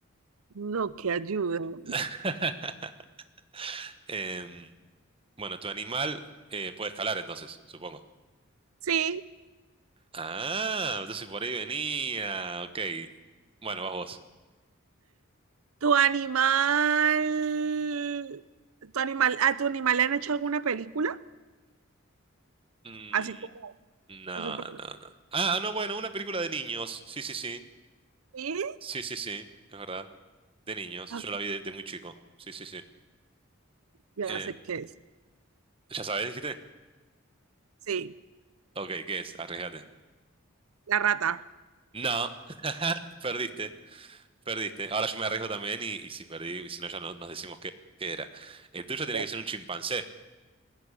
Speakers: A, on the right (about 85°); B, on the right (about 25°).
A: No, que ayuda. <laughs>
B: <laughs> Em, bueno, tu animal eh, puede escalar entonces, supongo.
A: Sí.
B: Ah, entonces por ahí venía, ok. Bueno, vas vos.
A: ¿Tu animal, tu animal, a tu animal le han hecho alguna película?
B: Mm,
A: Así como,
B: No,
A: o sea, por-
B: no, no. Ah, no, bueno, una película de niños. Sí, sí, sí.
A: sí.
B: Sí, sí, sí. Es verdad. De niños.
A: Ah,
B: Yo la vi de, de muy chico. Sí, sí, sí.
A: ya
B: Eh,
A: sé qué es.
B: ¿ya sabes, dijiste?
A: Sí,
B: Ok, ¿qué es? Arriesgate.
A: la rata.
B: No. <laughs> Perdiste. Perdiste. Ahora yo me arriesgo también y, y si perdí, y si no, ya no, nos decimos qué, qué era. El tuyo tiene
A: <laughs>
B: que ser un chimpancé,